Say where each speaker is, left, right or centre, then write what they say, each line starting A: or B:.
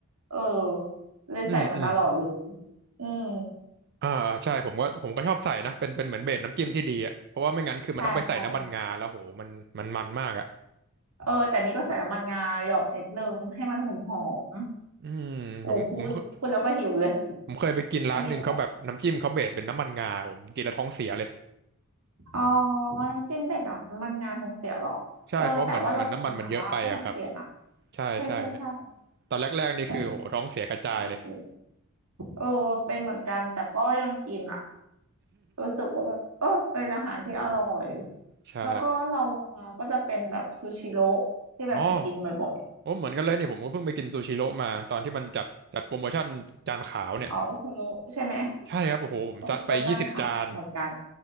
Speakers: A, on the right (about 80°); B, on the right (about 50°).
A: เออเลยใส่มาตลอดเลย
B: อืมอืม
A: อืม
B: อ่าใช่ผมก็ผมก็ชอบใส่นะเป็นเป็นเหมือนเบสน้ำจิ้มที่ดีอ่ะเพราะว่าไม่งั้นคือมันต้องไปใส่น้ำมันงาแล้วโหมันมันมันมากอ่ะ
A: ใช่ใช่ เออแต่นี่ก็ใส่น้ำมันงาเหยาะนิดนึงให้มันหอมหอม
B: อืมผมผม
A: โอ้พูดพูดแล้วก็หิวเลย
B: ผมเคยไปกินร้านหนึ่งเขาแบบน้ำจิ้มเขาเบสเป็นน้ำมันงาผมกินแล้วท้องเสียเลย
A: อันนี้แบบอ๋อน้ำจิ้มเป็ดน้ำมันงาท้องเสียเหรอเออแต่ว่าเรากินหม่าล่าก็ท้องเสียนะ
B: ใช่เพราะเหมือนเหมือนน้ำมันมันเยอะไปอะครับใช่ใช่
A: ใช่ใช่ใช่
B: ตอนแรกๆนี่คือโหท้องเสียกระจายเลย
A: เรากินหม่าล่าเป็นเออเป็นเหมือนกันแต่ก็ยังกินอ่ะรู้สึกว่าแบบเออเป็นอาหารที่อร่อย
B: <laughs> ใช่
A: แล้วก็เราลงมาก็จะเป็นแบบซูชิโร่ที่แบบไปกินบ่อย
B: อ๋อโอ้เหมือนกันเลยนี่ผมก็เพิ่งไปกินซูชิโร่มาตอนที่มันจัดจัดโปรโมชั่นจานขาวเนี่ย
A: ๆอ๋อโอโทโร่ใช่ไหม
B: ใช่ครับโอ้โหผมซัดไปยี่สิบจาน
A: โอโทโร่จานขาวเหมือนกัน